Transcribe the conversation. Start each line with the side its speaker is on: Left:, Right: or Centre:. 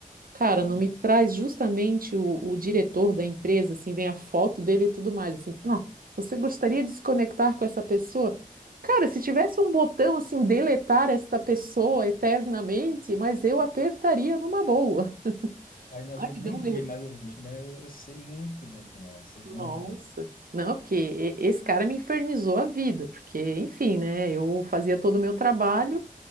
Right: Cara,
Left: Caramba,
Right: não me traz justamente o, o diretor da empresa, assim, vem a foto dele e tudo mais, assim, ah, você gostaria de se conectar com essa pessoa? Cara, se tivesse um botão assim, deletar esta pessoa eternamente, mas eu apertaria numa boa.
Left: aí não
Right: Ai,
Left: aguento
Right: me deu
Left: nem ver
Right: um
Left: mais o rosto, né? Eu, eu sei muito bem como é, sei
Right: Nossa.
Left: muito bem.
Right: Não, porque e- esse cara me infernizou a vida, porque, enfim, né? Eu fazia todo o meu trabalho